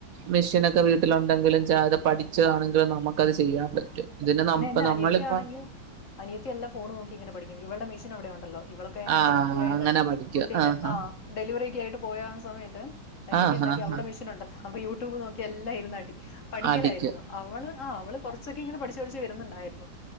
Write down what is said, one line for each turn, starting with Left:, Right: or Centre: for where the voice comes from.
Right: മെഷീനൊക്കെ വീട്ടില ഉണ്ടെങ്കിലും ച്ച അത് പഠിച്ചതാണെങ്കില് നമുക്കത് ചെയ്യാൻ പറ്റും. ഇതിന് ന
Left: പിന്നെ
Right: ഇപ്പ
Left: എന്റെ
Right: നമ്മളിപ്പ
Left: അനിയത്തിയാണെങ്കിൽ, അനിയത്തി എല്ലാം ഫോണ് നോക്കിയിങ്ങനെ പഠിക്കും. ഇവളടെ മെഷീൻ അവിടെ ഉണ്ടല്ലോ. <unintelligible>
Right: ആഹ്
Left: മറ്റേ കുട്ടിയായിട്ട്.
Right: അങ്ങനെ പഠിക്കും
Left: കുട്ടിന്റെ
Right: ആഹ്
Left: ആ ഡെലിവറി ഒക്കെയായിട്ട്, പോയാ ആ സമയത്ത് അനിയത്തി
Right: ആഹ്
Left: എന്താക്കി,
Right: ആഹ്
Left: അവൾടെ
Right: ആ
Left: മെഷിനുണ്ടല്ലോ, അപ്പൊ യൂട്യൂബ് നോക്കി എല്ലാം ഇരുന്നടിക്കും. പഠിക്കലായിരുന്നു.
Right: ആ അടിക്കും
Left: അവള് ആ അവള് കൊറച്ചൊക്കെ ഇങ്ങനെ പഠിച്ചു പഠിച്ച് വരുന്നുണ്ടായിരുന്നു.